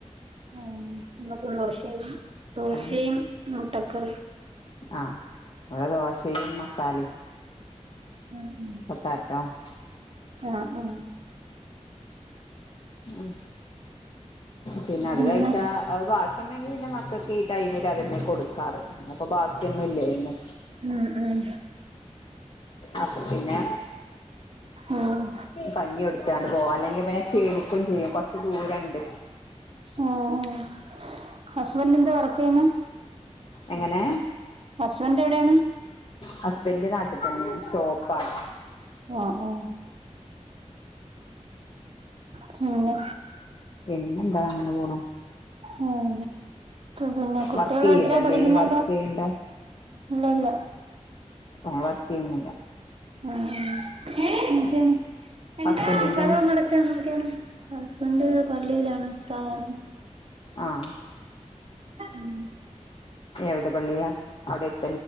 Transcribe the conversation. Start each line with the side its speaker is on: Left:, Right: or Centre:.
Right: ഉം ന്ന്പ്പോ ദോശയും ദോശയും
Left: ഏഹ്
Right: മുട്ടക്കറി
Left: ആഹ് ബടെ ദോശയും മസാലിം
Right: ഉം ഉം
Left: <unintelligible>
Right: ആഹ് ആഹ്
Left: ഉം പിന്നത്
Right: പിന്നെ
Left: കഴിച്ചാ അത് ബാക്കിണ്ടെങ്കിൽ പിന്നെ മക്കക്ക് ഈ ടൈമിൽ അതന്നെ കൊടുക്കാറ് ഇന്ന്പ്പം ബാക്കിയൊന്നും ഇല്ലേര്ന്നു
Right: ഉം ഉം
Left: അപ്പൊ പിന്നെ
Right: ആഹ്
Left: കഞ്യെട്ത്താണ്ട് പോവാ. അല്ലെങ്കി പിന്നെ ക്ഷീണി ക്കും ചെയ്യും. കൊർച്ച് ദൂരണ്ട്
Right: ആഹ് ഹസ്ബൻഡ് എന്താ വർക്ക് ചെയ്യുന്നെ
Left: എങ്ങനെ
Right: ഹസ്ബൻഡ് എവിടെയാണ്
Left: ഹസ്ബന്റ് നാട്ടി തന്നേണ്. ഷോപ്പാണ്
Right: ആഹ് ആഹ് പിന്നെ
Left: പിന്നെന്താ അങ്ങനെ പോണു
Right: ഉം പിന്നെ കുട്ടികള്
Left: വർക്ക് ചെയ്യണ്ടോ
Right: എത്രയാ
Left: എന്തേലും
Right: പഠിക്കുന്നത്?
Left: വർക്ക് ചെയ്യണ്ടോ
Right: ഇല്ലില്ല
Left: ഞാൻ വർക്കെയ്യുന്നില്ല
Right: ആഹ് എഹ് എന്താ?
Left: ഹസ്ബൻഡിന്റോ
Right: കതകു അടച്ചാ നോക്കാണ് ഹസ്ബന്റ് പള്ളിയിലാണ് ഉസ്താദാണ്‌?
Left: ആഹ്
Right: ഉം
Left: എവിടെ പള്ളിയാ അവിടെട്